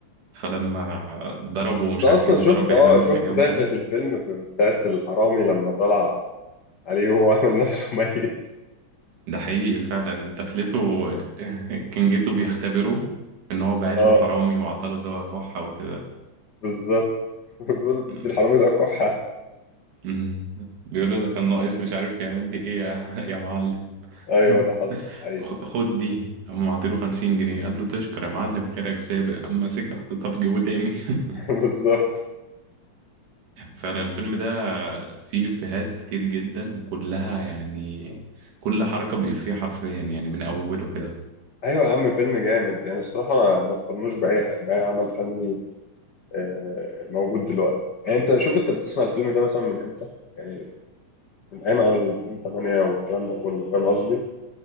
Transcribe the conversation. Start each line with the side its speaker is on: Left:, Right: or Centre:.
Right: فلما ضربه مش
Left: انت اصلا
Right: عارف ايه وضرب
Left: شفت اه
Right: عمامه
Left: شفت
Right: اللي جنبه
Left: دخلة الفيلم ب- بتاعت الحرامي لما طلع عليه وهو عمل نفسه <laughs> ميت
Right: ده حقيقي فعلا دخلته <laughs> كان جده بيختبره ان هو بعت
Left: اه
Right: له حرامي وعطاله دواء كحة وكده
Left: بالظبط بتقول له بتدي
Right: مم.
Left: الحرامي ده كحة
Right: مم. بيقول له ده كان ناقص مش عارف يعمل لي ايه يا يا معلم
Left: ايوه
Right: <laughs>
Left: ده حصل حقيقي
Right: خ- خد دي هم عطيله خمسين جنيه قال له تشكر يا معلم خيرك سابق اما سكة حطيتها في جيبه تاني
Left: <laughs>
Right: <laughs>
Left: بالظبط
Right: فعلا الفيلم ده فيه إفيهات كتير جدا وكلها يعني كل حركة بإفيه حرفيا يعني من أوله كده
Left: ايوه يا عم فيلم جامد يعني الصراحة ما ما تقارنوش بأي بأي عمل فني آه، موجود دلوقتي يعني انت شوف انت بتسمع الفيلم ده مثلا من امتى يعني من ايام عمل 2008 والكلام ده كله فاهم قصدي